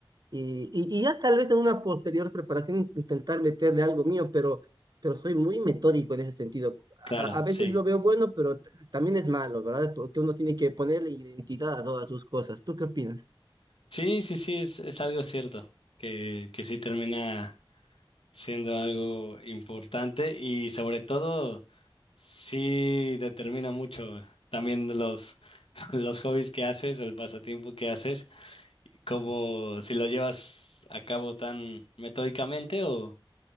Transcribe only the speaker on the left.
Claro,
sí.
Sí, sí, sí, es, es algo cierto, que, que sí termina siendo algo importante y sobre todo sí determina mucho también los, <laughs> los hobbies que haces, el pasatiempo que haces ¿Cómo si lo llevas a cabo tan metódicamente o,